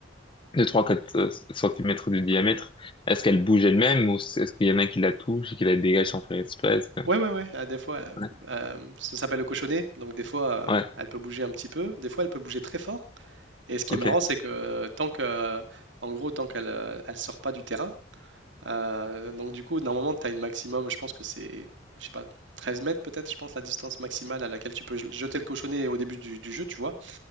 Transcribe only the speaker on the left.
de trois quatre euh, centimètres de diamètre, est-ce qu'elle bouge elle-même ou est-ce qu'il y en a qui la touche et qui la dégage sans faire exprès? est-ce que-
Ouais,
Ouais.
ok.